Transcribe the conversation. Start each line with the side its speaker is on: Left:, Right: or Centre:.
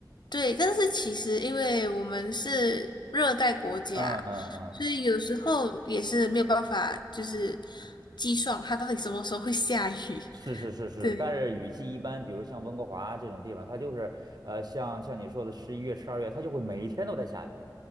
Left: 对，但是其实因为我们是热带国家，
Right: 嗯嗯嗯，
Left: 所以有时候也是没有办法，就是计算它到底什么时候会下雨。
Right: 是是是是，
Left: <laughs> 对，
Right: 但是雨季一般，比如像温哥华这种地方，它就是呃，像像你说的十一月、十二月，它就会每一天都在下雨，